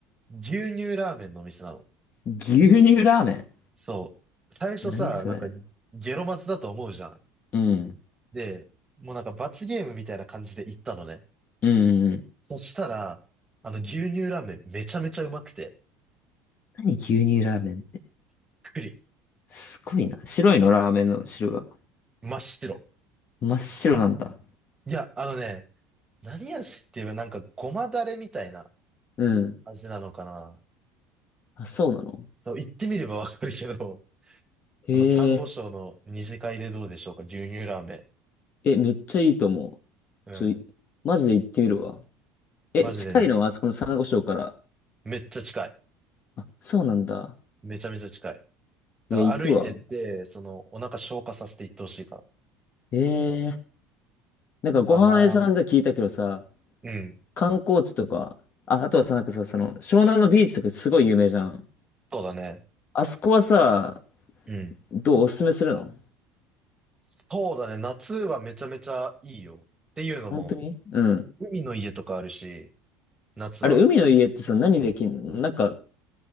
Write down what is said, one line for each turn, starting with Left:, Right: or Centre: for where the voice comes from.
Right: 牛乳ラーメンのお店なの。
Left: 牛乳ラーメン。
Right: そう。最初さ、
Left: 何それ。
Right: なんかゲロマズだと思うじゃん。
Left: うん。
Right: で、もうなんか罰ゲームみたいな感じで行ったのね。
Left: うんうんうん。
Right: そしたら、あの、牛乳ラーメンめちゃめちゃうまくて、
Left: 何牛乳ラーメンって。
Right: くくり、
Left: すごいな。白いの、ラーメンの汁は。
Right: 真っ白。
Left: 真っ白なんだ。
Right: いや、あのね、何味って言えばなんかごまだれみたいな
Left: うん。
Right: 味なのかな。
Left: あ、そうなの
Right: そう、言ってみればわかるけど、その珊瑚礁の二次会でどうでしょうか、
Left: へえ。
Right: 牛乳ラーメ
Left: え、めっちゃいいと思う。
Right: ン。うん。
Left: ちょい、マジで行ってみるわ。え、
Right: マジでね、
Left: 近いのはあそこの珊瑚礁から。
Right: めっちゃ近い。
Left: あ、そうなんだ。
Right: めちゃめちゃ近い。
Left: いや、
Right: だから歩いてって、
Left: 行くわ。
Right: その、お腹消化させていってほしいから。
Left: ええなんかご飯屋さんで聞いたけどさ、
Right: かな。うん。
Left: 観光地とか、あ、あとはさ、なんかさ、その、湘南のビーチとかすごい有名じゃん。
Right: そうだね。
Left: あそこはさ、
Right: うん。
Left: どうおすすめするの
Right: そうだね。夏はめちゃめちゃいいよ。っていうのも、
Left: 本当にうん。
Right: 海の家とかあるし、夏は。
Left: あれ、海の家ってさ、何できんのなんか、